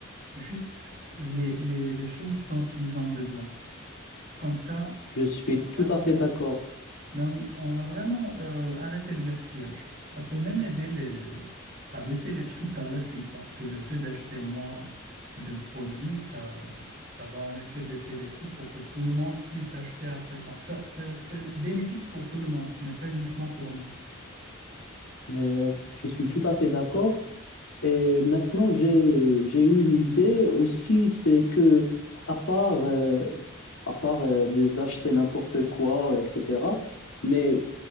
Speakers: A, on the right; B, on the left.
A: juste les, les- les choses dont ils ont besoin. Comme ça,
B: Je suis
A: on va vraiment
B: tout à fait d'accord.
A: ben oui, on va vraiment euh, arrêter le gaspillage. Ça peut même aider les... à baisser les prix <laughs> par la suite parce que le fait d'acheter moins de produits, ça, ça va en effet baisser les prix pour que tout le monde puisse acheter après. Donc ça, c'est c'est bénéfique pour tout le monde, ce n'est pas uniquement pour nous.
B: Euh, je suis tout à fait d'accord. Et maintenant, j'ai j'ai eu une idée aussi, c'est que à part euh, à part euh, de- d'acheter n'importe quoi, etc. Mais